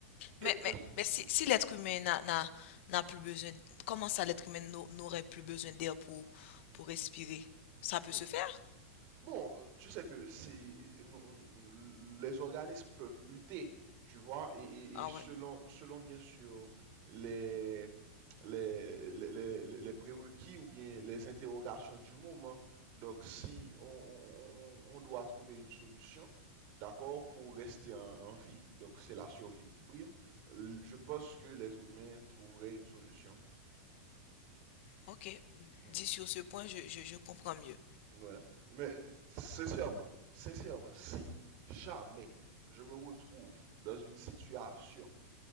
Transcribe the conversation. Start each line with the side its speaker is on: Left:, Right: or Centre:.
Right: Qu'est-ce...
Left: Mais, mais, mais si,
Right: Mhm.
Left: si l'être humain n'a, n'a, n'a plus besoin, comment ça l'être humain n'au- n'aurait plus besoin d'air pour, pour respirer? Ça peut
Right: Nous-
Left: se faire?
Right: Bon, euh, tu sais que c'est nous- les organismes peuvent muter, tu vois, et, et-
Left: Ah
Right: et selon,
Left: ouais,
Right: selon bien sûr les, les, les, les- les prérequis ou bien les interrogations du moment. Donc, si on, on- on- on doit trouver une solution, d'accord, pour rester en, en vie, donc c'est la survie qui prime, l- je pense que l'être humain trouverait une solution.
Left: ok.
Right: Mhm.
Left: Dit sur ce point, je, je, je comprends mieux.
Right: Ouais. Mais euh, sincèrement, sincèrement, si jamais je me retrouve dans une situation